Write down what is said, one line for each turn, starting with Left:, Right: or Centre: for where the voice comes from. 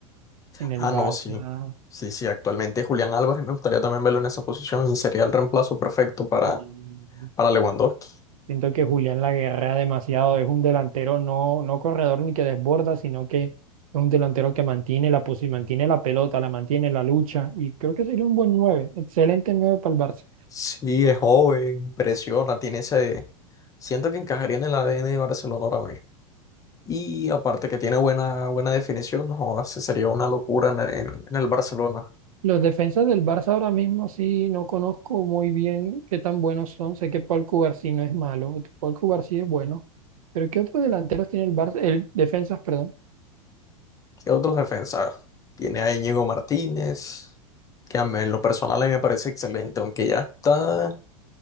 Right: en el
Left: Ah,
Right: Barça.
Left: no, sí. Sí, sí, actualmente Julián Álvarez me gustaría también verlo en esa posición. Sería el reemplazo perfecto para,
Right: Y
Left: para Lewandowski.
Right: Siento que Julián la guerrea demasiado, es un delantero no, no corredor ni que desborda, sino que es un delantero que mantiene la, posi- mantiene la pelota, la mantiene la lucha, y creo que sería un buen 9 excelente 9 para el Barça.
Left: Sí, es joven, presiona, tiene ese... Siento que encajaría en el ADN de Barcelona ahora mismo. Y aparte que tiene buena, buena definición, no, ese sería una locura en, en- en el Barcelona.
Right: Los defensas del Barça ahora mismo sí no conozco muy bien qué tan buenos son. Sé que Paul Cubarsí no es malo, Paul Cubarsí es bueno. Pero ¿qué otros delanteros tiene el Barça? El defensas, perdón.
Left: ¿Qué otros defensas? Tiene a Íñigo Martínez, que a mí en lo personal a mí me parece excelente, aunque ya está,